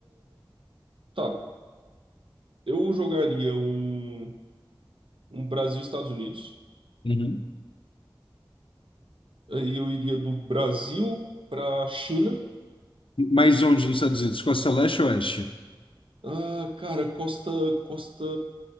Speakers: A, on the right; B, on the left.
A: tá. Eu jogaria um, um Brasil e Estados Unidos.
B: Uhum.
A: Aí eu iria do Brasil para China.
B: Mas onde nos Estados Unidos? Costa Leste ou Oeste?
A: Ah, cara, costa, costa,